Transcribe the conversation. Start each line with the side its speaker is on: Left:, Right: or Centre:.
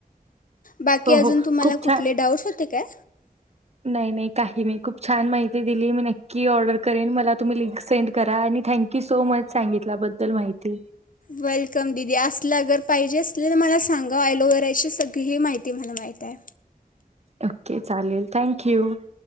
Left: बाकी
Right: हो,
Left: अजून
Right: हो.
Left: तुम्हाला
Right: खूप
Left: कुठले
Right: छान
Left: डाऊट्स होते काय?
Right: नाही नाही काही नाही खूप छान माहिती दिली मी नक्की ऑर्डर करेन. मला तुम्ही लिंक सेंड करा. आणि थँक्यू सो मच सांगितल्याबद्दल माहिती.
Left: वेलकम दिदी. असलं अगर पाहिजे असलं तर मला सांगा ॲलोवेराची सगळी माहिती मला माहितय.
Right: ओके चालेल थँक यू.